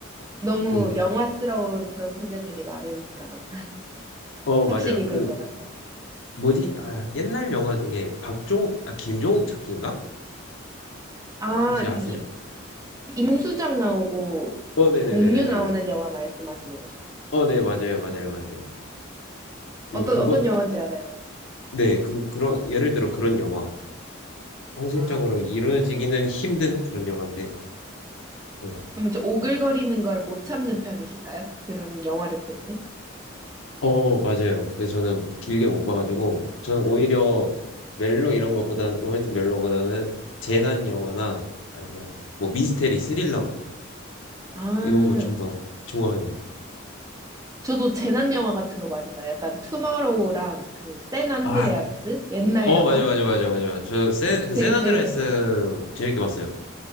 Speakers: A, on the right; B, on the left.
A: 너무
B: 음.
A: 영화스러운 그런 소재들이 많으니까.
B: 어, 맞아요.
A: 확실히
B: 그
A: 그런 것 같아요.
B: 뭐지? 아, 옛날 영화 중에 박종욱, 아, 김종욱 찾기인가?
A: 아,
B: 혹시
A: 그
B: 아세요?
A: 이- 그 임수정 나오고
B: 어, 네네네네네네.
A: 공유 나오는 영화 말씀하시는 거죠?
B: 어, 네, 맞아요, 맞아요, 맞아요. 네,
A: 어떤,
B: 그것,
A: 어떤 영화인지 알아요.
B: 네, 그, 그런, 예를 들어 그런 영화. 현실적으로
A: 아,
B: 이루어지기는 힘든 그런 영화인데. 음.
A: 그러면 좀 오글거리는 걸 못 참는 편이신가요? 그런 영화를 볼 때?
B: 어, 맞아요. 그래서 저는 길게 못 봐가지고, 저는 오히려 멜로 이런 것보다는, 로맨틱 멜로보다는 재난 영화나 아니면 뭐 미스테리, 스릴러
A: 아,
B: 이런 걸 좀 더 좋아해요.
A: 저도 재난 영화 같은 거 많이 봐요. 약간 투마로우랑 그 샌 안드레아스
B: 아,
A: 옛날
B: 어,
A: 영화
B: 맞아, 맞아, 맞아, 맞아. 저, 세, 그,
A: 되게
B: 샌안드레아스
A: 재밌게 봤어요.
B: 재밌게 봤어요.